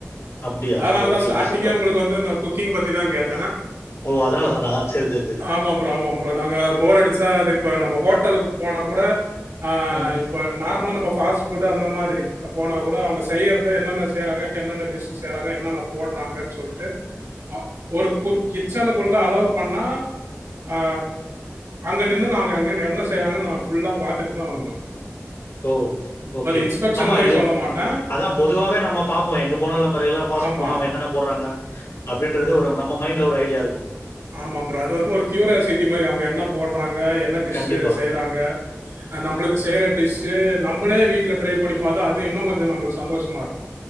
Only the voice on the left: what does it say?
அப்படியா?
ஓகே,
ஓகே. சூப்பர்.
ஓ அதனால தானா சேரி சேரி சேரி
ம்.
ஓ ஓகே
ஆமா
இதா
அதா பொதுவாவே நம்ம பாப்போ எங்க போனல்மோ நம்ம ரெகுல பாச
போனா அவுங்க என்னா போறாங்க அப்டின்றது ஒரு நம்ம மைண்ட்ல ஒரு ஐடியா இருக்கு
கண்டிப்பா,